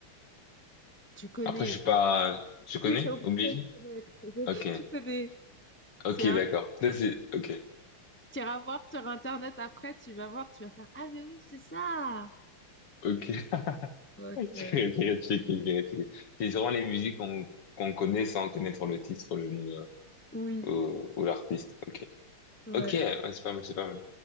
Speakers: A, on the left; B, on the left.
A: Tu connais,
B: Après, je suis pas, je connais,
A: Si, t'es obligé
B: obligé?
A: de connaître. Je
B: Ok,
A: sais que tu connais.
B: ok,
A: C'est un
B: d'accord. Ça, c'est, ok,
A: petit voir sur Internet après, tu vas voir, tu vas faire Ah, mais oui, c'est ça!
B: ok.
A: Donc,
B: <laughs> C'est
A: euh,
B: Grétchik, C'est sûrement les musiques qu'on qu'on connaît sans connaître le titre, le nom
A: oui,
B: euh, ou, ou l'artiste. Ok.
A: ouais.
B: Ok, ouais, c'est pas mal, c'est pas mal.